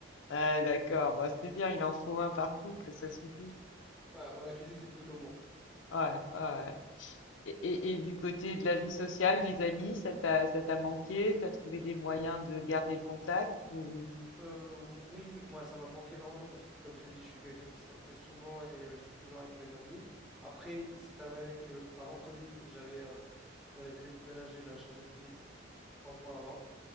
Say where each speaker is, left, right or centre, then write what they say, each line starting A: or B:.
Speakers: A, on the left (about 75°); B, in the centre.
A: Ouais, d'accord, bah, c'est bien, il en faut un par couple, ça suffit.
B: Voilà, moi, la cuisine, c'est plutôt moi.
A: Ouais, ouais, ouais. Et, et- et du côté de la vie sociale, des amis, ça t'a, ça t'a manqué? T'as trouvé des moyens de garder le contact ou...
B: Euh, oui, oui, moi, ça m'a manqué énormément parce que, comme je t'ai dit, je suis quelqu'un qui sortait souvent et euh, j'étais toujours avec mes amis. Après, il s'est avéré que avant Covid, j'avais euh, j'avais déménagé, j'avais changé de ville euh, trois mois avant.